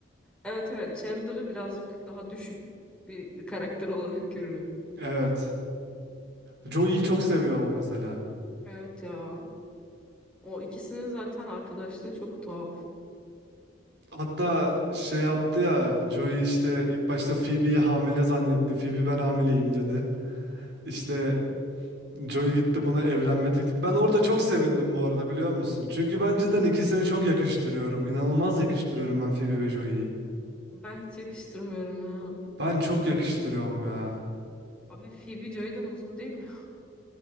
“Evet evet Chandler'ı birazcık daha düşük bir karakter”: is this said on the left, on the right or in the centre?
Centre